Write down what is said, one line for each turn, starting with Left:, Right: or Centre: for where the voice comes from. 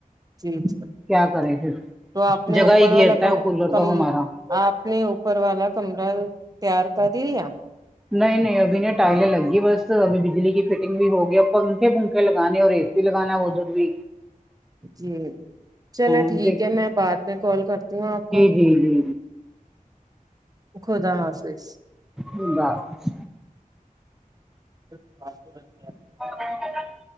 Right: جی جی
Centre: کیا کریں پھر
Right: تو آپ نے
Centre: جگہ
Right: اوپر
Centre: ہی گھیرتا
Right: والا ک
Centre: ہے وہ کولر
Right: کم
Centre: تو ہمارا
Right: آپ نے اوپر والا کمرہ تیار کر لیا
Centre: نہیں نہیں ابھی نہیں ٹائلیں لگ گی بس ابھی بجلی کی فٹنگ بھی ہوگیا پنکھے پنکھے لگانے اور اے سی لگانا ادھر بھی
Right: جی چلو
Centre: ہاں
Right: ٹھیک
Centre: دیک
Right: ہے میں بعد میں کال کرتی ہوں آپ کو
Centre: جی جی جی
Right: خدا حافظ
Centre: خدا حافظ
Right: <unintelligible>
Centre: <inaudible>